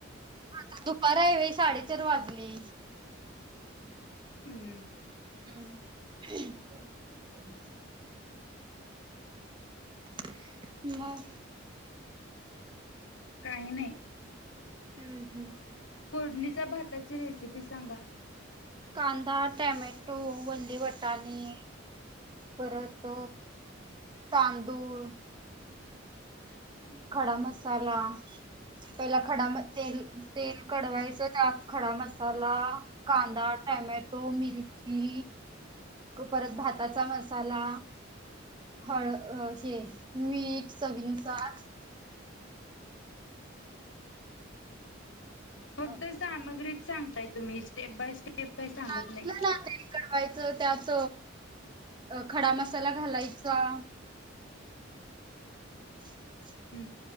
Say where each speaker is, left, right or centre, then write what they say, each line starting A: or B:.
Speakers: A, on the right; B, on the left.
A: आता दुपार हाय वय साडेचार वाजले.
B: हम्म
A: हम्म <unintelligible> <inaudible> मग
B: काही नाही.
A: हम्म हम्म
B: फोडणीच्या भाताची रेसिपी सांगा
A: कांदा, टयाम्या टो वल्ले वाटाने परत तांदूळ खडा मसा साला पहिला खडा म तेल तेल कडवायचं. त्यात खडा मस मसाला, कांदा, टोमॅटो, मिरची परत भाताचा मसाला हळ अ मीठ चवीनुसार
B: फक्त
A: अ,
B: सामग्रीच सांगताय. तुम्ही स्टेप बाय स्टेप- काही सांगत
A: सांगितल
B: नाही.
A: ना तेल कडवायच कस - ते आस खडा मसाला घालायचा- <inaudible>
B: हम्म.